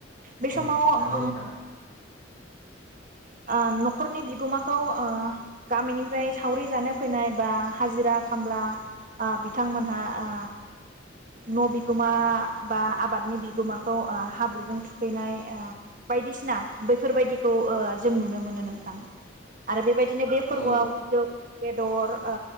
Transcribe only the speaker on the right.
बे
समाव
ओ
ओ नखरनि बिगोमाखौ ओ गामिनिफ्राय सावरि जानो फैनाय बा हाजिरा खामला ओ बिथांमोनहा ओ न बिगोमा बा आबादनि बिगोमाखौ ओ हाब्रुजों थुखैनाय ओ बायदिसिना बैफोरबायदिखौ ओ जों नुनो मोनो नोंथां आरो बेबाय दिनै बे फोरबोआव
<inaudible> बेदर ओ